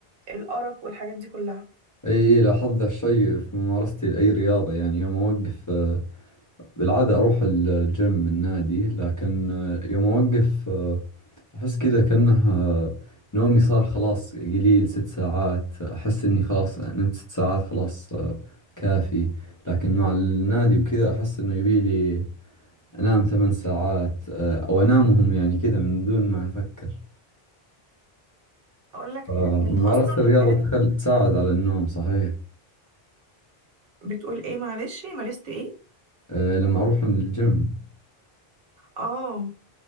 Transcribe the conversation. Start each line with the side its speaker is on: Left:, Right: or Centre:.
Right: الأرق والحاجات دي كلها
Left: اي إي، لاحظت ذا الشيء في ممارستي لأي رياضة يعني يوم اوقف آه، بالعادة اروح الجيم النادي لكن آه، يوم اوقف آه، احس كذا كأنه آه، نومي صار خلاص قليل ست ساعات احس اني خلاص نمت ست ساعات خلاص آه، كافي لكن مع النادي وكذا احس انه يبي لي أنام ثمان ساعات آه، أو أنامهم يعني كذا من دون ما أفكر
Right: اقول لك
Left: فممارسة
Right: على حاجة انت اصلا
Left: الرياضة
Right: بقيت
Left: تخل... تساعد على النوم صحيح
Right: بتقول ايه معلش مارست ايه
Left: آه، لما أروح الجيم
Right: اه